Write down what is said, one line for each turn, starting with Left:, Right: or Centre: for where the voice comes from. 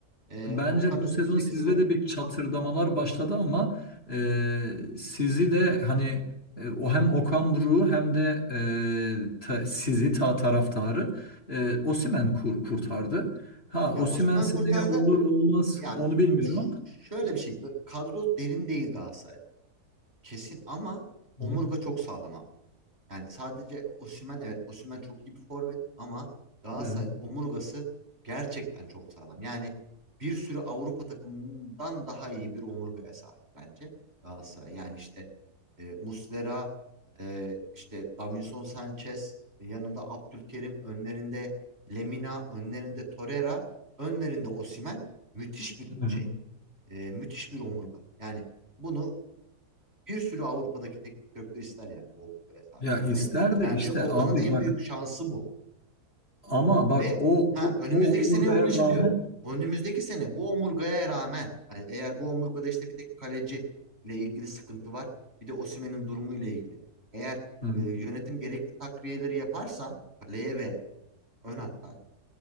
Right: E,
Left: Bence
Right: Okan önümüzdeki
Left: bu sezon sizde
Right: sezon
Left: de bir çatırdamalar başladı ama e,
Right: Hı hı.
Left: sizi de hani e, o hem Okan Buruk'u hem de e, ta- sizi ta taraftarı e, Osimhen kur- kurtardı. Ha
Right: ya
Left: Osimhen
Right: Osimhen
Left: seneye
Right: kurtardı.
Left: olur olmaz
Right: Ya
Left: onu bilmiyorum
Right: ş-
Left: ama.
Right: şöyle bir şey kadro derin değil Galatasaray'da. Kesin ama omurga
Left: Hı hı.
Right: çok sağlam Yani sadece Osimhen evet Osimhen çok iyi bir forvet ama Galatasaray'ın
Left: Hı
Right: omurgası gerçekten çok sağlam. Yani bir sürü Avrupa takımından daha iyi bir omurgaya sahip bence Galatasaray. Yani işte e, Muslera, e, işte Davinson Sanchez, e, yanında Abdülkerim, önlerinde Lemina, önlerinde Torreira, önlerinde Osimhen müthiş bir
Left: hı.
Right: şey.
Left: Hı.
Right: E, müthiş bir omurga. Yani bunu bir sürü Avrupa'daki teknik direktör ister yani bu omurgaya sahip
Left: Ya
Right: olmayı.
Left: ister
Right: Bence
Left: de işte
Right: Okan'ın
Left: abi
Right: en
Left: bak
Right: büyük şansı bu.
Left: ama bak
Right: Ve
Left: o
Right: ha
Left: o,
Right: önümüzdeki
Left: o omurgaya
Right: sene onun için
Left: rağmen
Right: diyorum. Önümüzdeki sene bu omurgaya rağmen yani eğer bu omurgada işte bir tek kaleci ile ilgili sıkıntı var. Bir de Osimhen'in durumu ile ilgili. Eğer
Left: Hı hı.
Right: e, yönetim gerekli takviyeleri yaparsa kaleye ve ön hatta